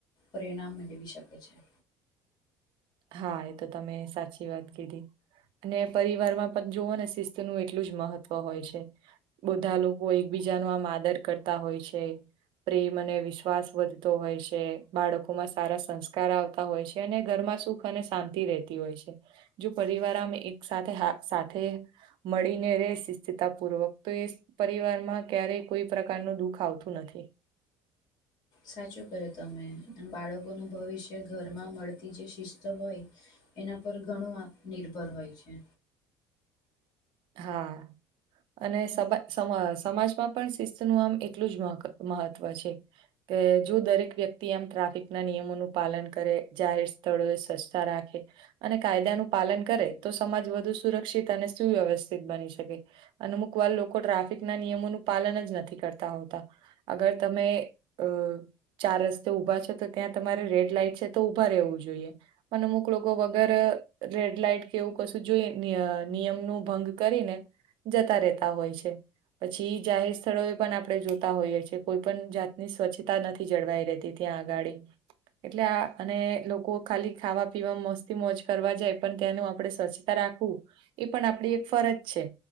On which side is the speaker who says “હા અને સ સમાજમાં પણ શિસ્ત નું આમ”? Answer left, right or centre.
Right